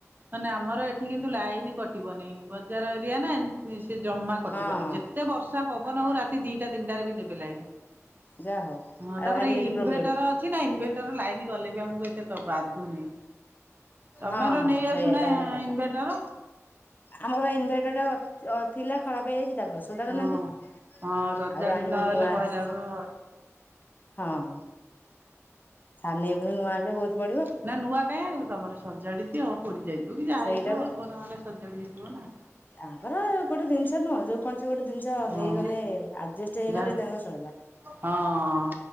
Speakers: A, on the right; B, on the left.
A: ମାନେ ଆମର ଏଠି କିନ୍ତୁ ଲାଇନ କଟିବନି ବଜାର ଏରିଆ ନା। ସେ ଜମା କଟିବନି
B: ହଁ
A: ଯେତେ ବର୍ଷା ପବନ ହଉ ରାତି ଦିଟା ତିନିଟାରେ ବି ଦେବେ ଲାଇନ।
B: ଯା ହଉ
A: ହଁ
B: ଆଉ
A: ତାପରେ
B: ଭାରି ଏଠି
A: ଇନଭେଟର
B: ପ୍ରୋବ୍ଲେମ।
A: ଅଛି ନା ଇନଭେଟର ଲାଇନ ଗଲେ ବି ଆମକୁ ଏତେ ବାଧୁନି। ତମର
B: ହଁ ହଁ
A: ନେଇ
B: ସେଇଆକା
A: ଆସୁନା
B: ହେଲା କଥା
A: ଇନଭେଟର
B: ଆମର ଇନଭେଟର ଟା। ଅ ଥିଲା ଖରାପ ହେଇଯାଇଛି। <unintelligible>
A: ହଁ ହଁ ସଜାଡି
B: ଆଉ ଆଣିବେ
A: ନହେଲେ
B: ନୂଆ
A: କହିଲେ
B: <unintelligible>
A: ଆମେ ହଁ
B: ହଁ ସାନି ନୂଆ ଆଣିଲେ ବହୁତ ପଡିବ।
A: ନା ନୂଆ କାହିଁ ଆଣିବ ତମର ସଜାଡି ଦିଅ ପୋଡି ଯାଇଥିବ କି ଯାହା
B: ସେଇଟାକୁ
A: ହେଇଯିବ ଅଳ୍ପ ଦାମ୍ ରେ ସଜାଡି ହେଇଯିବ ନା।
B: ତାଙ୍କର ଗୋଟେ ଜିନିଷ ନୁହଁ ଯୋଉ କୌଣସି ଗୋଟେ ଜିନିଷ
A: ହଁ
B: ହେଇଗଲେ ଆଜେଷ୍ଟ ହେଇଗଲେ
A: ଯା
B: ତାଙ୍କର ସ‌ଇଲା।
A: ହଁ